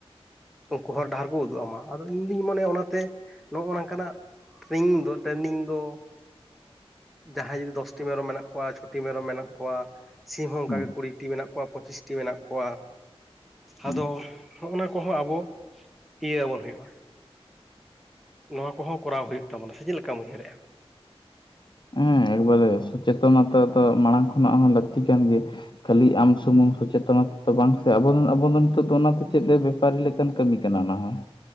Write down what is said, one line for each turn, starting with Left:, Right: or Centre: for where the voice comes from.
Centre: ᱩᱱᱠᱩ ᱦᱚᱨ ᱰᱟᱦᱟᱨ ᱠᱚ ᱩᱫᱩᱜ ᱟᱢᱟ ᱟᱫᱚ ᱤᱧᱫᱩᱧ ᱢᱚᱱᱮᱭᱟ ᱚᱱᱟᱛᱮ ᱱᱚᱜᱼᱚ ᱱᱚᱝᱠᱟᱱᱟᱜ, ᱴᱨᱤᱝ ᱫᱚ ᱴᱨᱮᱱᱤᱝ ᱫᱚ, ᱡᱟᱦᱟᱸᱭ ᱡᱩᱫᱤ ᱫᱚᱥᱴᱤ ᱢᱮᱨᱚᱢ ᱢᱮᱱᱟᱜ ᱠᱚᱣᱟ, ᱪᱷᱚᱴᱤ ᱢᱮᱨᱚᱢ ᱢᱮᱱᱟᱜ ᱠᱚᱣᱟ, ᱥᱤᱢ ᱦᱚᱸ ᱚᱱᱠᱟᱜ
Left: ᱦᱩᱸ
Centre: ᱜᱮ ᱠᱩᱲᱤ ᱴᱤ ᱢᱮᱱᱟᱜ ᱠᱚᱣᱟ ᱯᱚᱸᱪᱤᱥᱴᱤ ᱢᱮᱱᱟᱜ ᱠᱚᱣᱟ
Left: ᱦᱩᱸ
Centre: ᱟᱫᱚ ᱦᱚᱸᱜᱼ ᱱᱟ ᱠᱚᱦᱚᱸ ᱟᱵᱚ ᱤᱭᱟᱹ ᱟᱵᱚᱱ ᱦᱩᱭᱩᱜᱼᱟ᱾ ᱱᱚᱣᱟ ᱠᱚᱦᱚᱸ ᱠᱚᱨᱟᱣ ᱦᱩᱭᱩᱜ ᱛᱟᱵᱚᱱᱟ ᱥᱮ ᱪᱮᱫ ᱞᱮᱠᱟᱢ ᱩᱭᱦᱟᱹᱨᱮᱜᱼᱟ᱾
Left: ᱦᱮᱸ ᱮᱠᱵᱟᱨᱮ ᱥᱚᱪᱮᱛᱚᱱᱚᱛᱟ ᱫᱚ ᱢᱟᱲᱟᱝ ᱠᱷᱚᱱᱟᱜ ᱦᱚᱸ ᱞᱟᱹᱠᱛᱤ ᱠᱟᱱ ᱜᱮᱭᱟ᱾ ᱠᱷᱟᱹᱞᱤ ᱟᱢ ᱥᱩᱢᱩᱝ ᱥᱚᱪᱮᱛᱚ ᱛᱮᱫᱚ ᱵᱟᱝ ᱥᱮ ᱟ ᱟᱵᱚ ᱫᱚ ᱱᱤᱛ ᱚᱱᱟᱛᱮ ᱪᱮᱫ ᱞᱮ ᱵᱮᱯᱟᱨᱤ ᱞᱮ ᱠᱟᱱ ᱠᱟᱹᱢᱤ ᱠᱟᱱᱟ ᱚᱱᱟ ᱦᱚᱸ